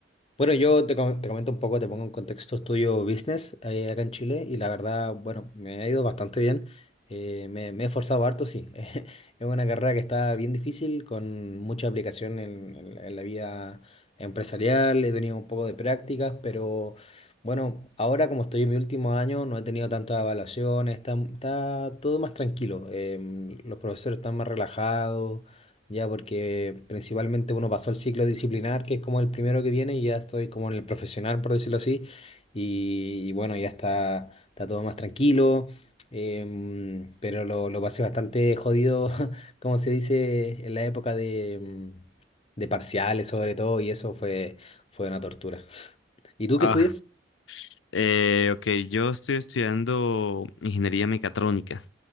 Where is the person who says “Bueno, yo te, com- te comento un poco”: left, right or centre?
Left